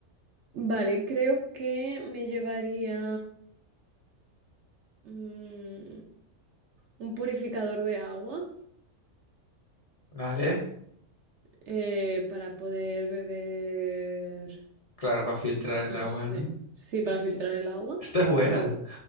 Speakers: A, on the right; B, on the left.
A: vale, creo que me llevaría mm, un purificador de agua
B: ¿Vale?
A: eh, para poder beber
B: Claro, para filtrar el
A: No
B: agua,
A: sé.
B: ¿no?
A: Sí, para filtrar el agua,
B: Esta es buena.
A: creo.